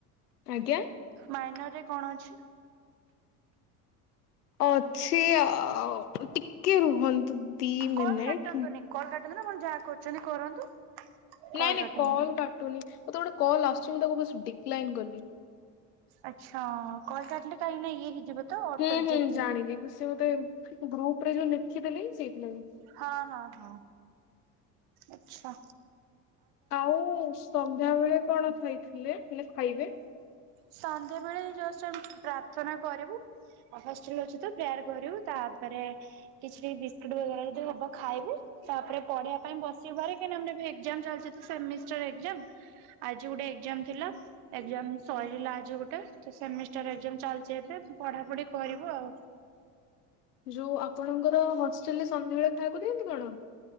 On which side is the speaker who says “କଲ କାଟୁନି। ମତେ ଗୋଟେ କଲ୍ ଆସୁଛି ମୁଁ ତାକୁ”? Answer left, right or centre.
Left